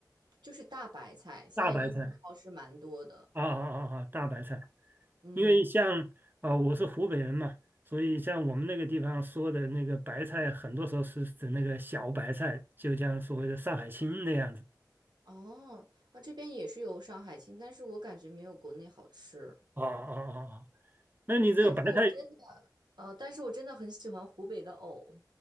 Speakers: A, on the right; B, on the right.
A: 就是大白菜，现在英国超市蛮多的，
B: 大白菜啊啊啊啊！大白菜，
A: 嗯。
B: 因为像啊，我是湖北人嘛，所以像我们那个地方说的那个白菜，很多时候是指那个小白菜，就像所谓的上海青那样子。
A: 哦，啊，这边也是有上海青，但是我感觉没有国内好吃。
B: 啊啊啊啊！那你这个白菜？
A: 但是我真的，呃，但是我真的很喜欢湖北的藕，